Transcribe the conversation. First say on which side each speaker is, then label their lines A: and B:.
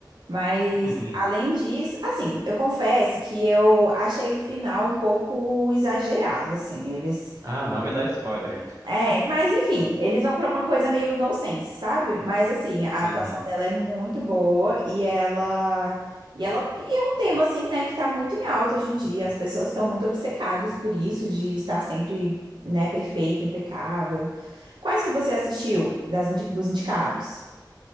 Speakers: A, on the right (about 75°); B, on the right (about 45°).
A: Mas
B: <laughs>
A: além disso, assim, eu confesso que eu achei o final um pouco exagerado, assim. Eles
B: Ah, não me dá spoiler.
A: É, mas enfim, eles vão pra uma coisa meio nonsense, sabe? Mas assim, a
B: Uhum.
A: atuação dela é muito boa e ela e ela e é um tema assim, né, que tá muito em alta hoje em dia. As pessoas estão muito obcecadas por isso de estar sempre, né, perfeita, impecável. Quais que você assistiu das indi- dos indicados?